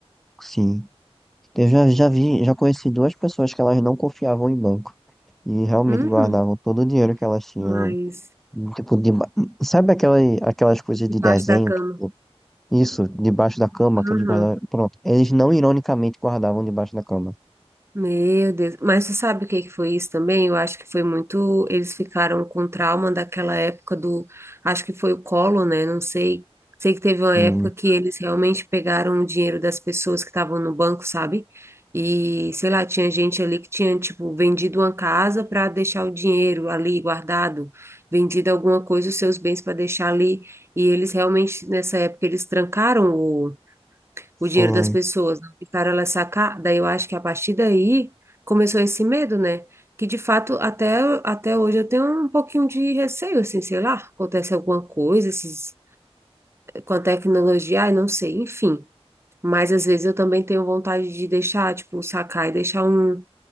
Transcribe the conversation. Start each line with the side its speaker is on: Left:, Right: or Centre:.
Centre: sim. Eu já, já vi, já conheci duas pessoas que elas não confiavam em banco e realmente
Right: Uhum.
Centre: guardavam todo o dinheiro que elas tinham.
Right: Mas
Centre: Tipo, deba... sabe aquela, aquelas coisas
Right: debaixo
Centre: de desenho?
Right: da cama.
Centre: Tipo, isso, debaixo da cama
Right: Aham.
Centre: que eles guardavam. Pronto. Eles não ironicamente guardavam debaixo da cama.
Right: Meu Deus. Mas você sabe o que que foi isso também? Eu acho que foi muito. Eles ficaram com trauma daquela época do. Acho que foi o colo, né? Não sei. Sei que teve uma
Centre: Sim,
Right: época que eles realmente pegaram o dinheiro das pessoas que estavam no banco, sabe? E, sei lá, tinha gente ali que tinha, tipo, vendido uma casa para deixar o dinheiro ali guardado, vendido alguma coisa, os seus bens para deixar ali. E eles realmente, nessa época, eles trancaram o o dinheiro
Centre: foi.
Right: das pessoas, não deixaram elas sacar. Daí eu acho que a partir daí começou esse medo, né? Que de fato até, até hoje eu tenho um pouquinho de receio, assim, sei lá, acontece alguma coisa, esses, com a tecnologia, ai, não sei, enfim. Mas às vezes eu também tenho vontade de deixar, tipo, sacar e deixar um,